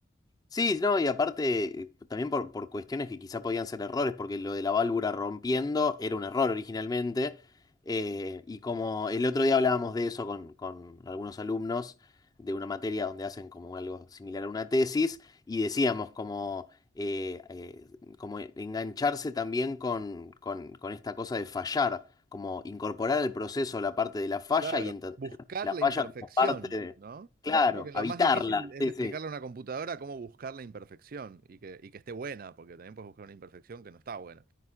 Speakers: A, on the left; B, on the right.
A: Sí, no, y aparte, eh, también por, por cuestiones que quizá podían ser errores, porque lo de la válvula rompiendo era un error originalmente, eh, y como el otro día hablábamos de eso con, con algunos alumnos de una materia donde hacen como algo similar a una tesis, y decíamos como, eh, eh, como engancharse también con, con, con esta cosa de fallar, como incorporar al proceso la parte de la falla
B: Claro.
A: y entender
B: Buscar
A: la
B: la
A: falla
B: imperfección,
A: como parte de,
B: ¿no?
A: claro,
B: Creo que lo
A: habitarla,
B: más difícil es
A: sí,
B: explicarle
A: sí,
B: a una computadora cómo buscar la imperfección y que, y que esté buena, porque también puedes buscar una imperfección que no está buena,